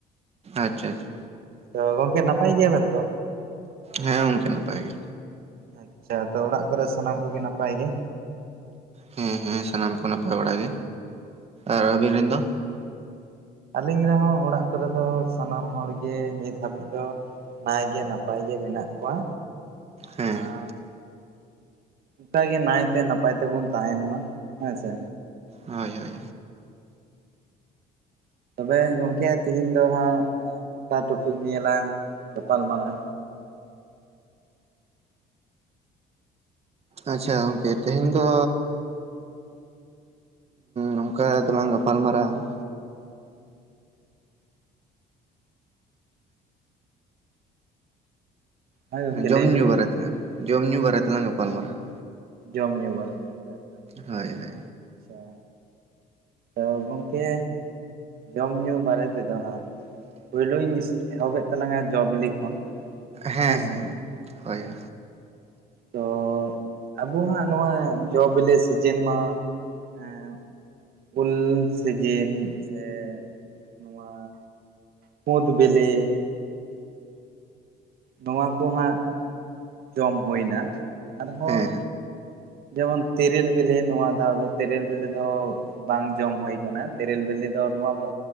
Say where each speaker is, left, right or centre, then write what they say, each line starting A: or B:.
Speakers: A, on the right; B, on the right.
A: ᱟᱪᱪᱷᱟ ᱟᱪᱪᱷᱟ᱾
B: ᱛᱚ, ᱜᱚᱝᱠᱮ ᱱᱟᱯᱟᱭ ᱜᱮᱭᱟᱵᱮᱱ ᱛᱚ?
A: ᱦᱮᱸ ᱜᱚᱝᱠᱮ ᱱᱟᱯᱟᱭ ᱜᱮ᱾
B: ᱟᱪᱪᱷᱟ ᱟᱫᱚ ᱚᱲᱟᱜ ᱠᱚᱨᱮ ᱥᱟᱱᱟᱢ ᱠᱚᱜᱮ ᱱᱟᱯᱟᱭ ᱜᱮ?
A: ᱦᱩᱸ ᱦᱩᱸ ᱥᱟᱱᱟᱢ ᱠᱚ ᱱᱟᱯᱟᱭ ᱵᱟᱲᱟ ᱜᱮ ᱟᱨ ᱟᱹᱵᱤᱱ ᱨᱮᱱ ᱫᱚ?
B: ᱟᱹᱞᱤᱧ ᱨᱮᱦᱚᱸ ᱚᱲᱟᱜ ᱠᱚᱨᱮ ᱫᱚ ᱥᱟᱱᱟᱢ ᱦᱚᱲᱜᱮ ᱱᱤᱛ ᱦᱟᱹᱵᱤᱡ ᱫᱚ ᱱᱟᱭᱜᱮ ᱱᱟᱯᱟᱭ ᱜᱮ ᱢᱮᱱᱟᱜ ᱠᱚᱣᱟ
A: ᱦᱮᱸ
B: ᱟᱨ ᱚᱱᱠᱟᱜᱮ ᱱᱟᱭᱛᱮ ᱱᱟᱯᱟᱭ ᱛᱮᱵᱚᱱ ᱛᱟᱦᱮᱱ ᱢᱟ ᱦᱮᱸ ᱥᱮ᱾
A: ᱦᱳᱭ ᱦᱳᱭ ᱦᱳᱭ᱾
B: ᱛᱚᱵᱮ ᱜᱚᱝᱠᱮ ᱛᱤᱦᱤᱧ ᱫᱚ ᱦᱟᱸᱜ-ᱚᱭ ᱚᱠᱟ ᱴᱚᱯᱤᱠ ᱱᱤᱭᱮᱞᱟᱝ ᱜᱟᱯᱟᱞ ᱢᱟᱨᱟᱜ-ᱟ?
A: ᱟᱪᱪᱷᱟ ᱜᱚᱝᱠᱮ ᱛᱮᱦᱮᱧ ᱫᱚ ᱱᱚᱝᱠᱟ ᱫᱚᱞᱟᱝ ᱜᱟᱯᱟᱞ ᱢᱟᱨᱟᱜ-ᱟ᱾
B: ᱦᱳᱭ ᱜᱚᱝᱠᱮ ᱞᱟᱹᱭ
A: ᱡᱚᱢ-ᱧᱩ
B: ᱵᱮᱱ
A: ᱵᱟᱨᱮ ᱛᱮ, ᱡᱚᱢ-ᱧᱩ ᱵᱟᱨᱟᱭ ᱛᱮᱞᱟᱝ ᱜᱟᱯᱟᱞᱢᱟᱨᱟᱜ-ᱟ᱾
B: ᱡᱚᱢ-ᱧᱩ ᱵᱟᱟᱨᱮᱛᱮ᱾
A: ᱦᱳᱭ ᱦᱳᱭ᱾
B: ᱟᱪᱪᱷᱟ᱾ ᱛᱚ, ᱜᱚᱜᱠᱮ ᱡᱚᱢ-ᱧᱩ ᱵᱟᱨᱮ ᱛᱮᱫᱚ ᱦᱟᱸᱜ᱾ ᱯᱳᱭᱞᱳᱧ ᱮᱦᱚᱵᱮᱜ ᱛᱟᱞᱟᱝᱟ ᱡᱚ ᱵᱤᱞᱤ ᱠᱷᱚᱱ᱾
A: ᱦᱮᱸ
B: ᱦᱮᱸᱥᱮ
A: ᱦᱮᱸ, ᱦᱳᱭ ᱦᱳᱭ᱾
B: ᱛᱚ, ᱟᱵᱚᱣᱟᱜ ᱱᱚᱣᱟ ᱡᱚ ᱵᱤᱞᱤ ᱥᱤᱡᱤᱱ ᱢᱟ ᱮᱸ ᱩᱞ ᱥᱤᱡᱤᱱ ᱥᱮ ᱱᱚᱣᱟ ᱠᱩᱫᱽ ᱵᱤᱞᱤ ᱱᱚᱣᱟ ᱠᱚ ᱦᱟᱸᱜ ᱡᱚᱢ ᱦᱩᱭᱱᱟ ᱟᱨᱦᱚᱸ
A: ᱦᱮᱸ
B: ᱡᱮᱢᱚᱱ ᱛᱮᱹᱨᱮᱹᱞ ᱵᱤᱞᱤ ᱱᱚᱣᱟ ᱫᱚ ᱟᱫᱚ ᱛᱮᱹᱨᱮ ᱞ ᱵᱤᱞᱤ ᱫᱚ ᱵᱟᱝ ᱡᱚᱢ ᱦᱩᱭ ᱠᱟᱱᱟ ᱛᱮᱹᱨᱮᱹᱞ ᱵᱮᱞᱮ ᱫᱚ ᱱᱚᱣᱟ ᱫᱚ